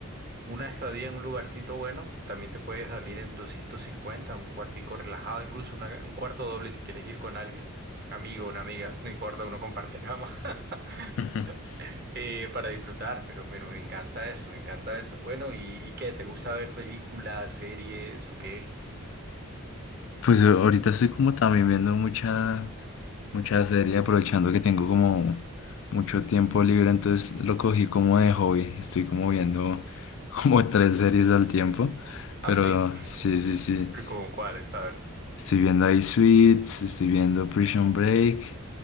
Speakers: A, on the right; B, on the left.
A: Una estadía en un lugarcito bueno también te puede salir en 250 un cuartico relajado, incluso una- un cuarto doble si quieres ir con alguien, amigo, una amiga, no importa, uno comparte cama <laughs>
B: <laughs>
A: eh, para disfrutar, pero, pero me encanta eso, me encanta eso. Bueno, ¿y, y qué? ¿Te gusta ver películas, series o qué?
B: Pues eh, ahorita estoy como también viendo mucha, mucha serie, aprovechando que tengo como mucho tiempo libre, entonces lo cogí como de hobby. Estoy como viendo <laughs> como tres series al tiempo, pero
A: ¿Ah, sí?
B: sí, sí, sí.
A: ¿Pero como cuáles? A ver.
B: Estoy viendo ahí Suits, estoy viendo Prison Break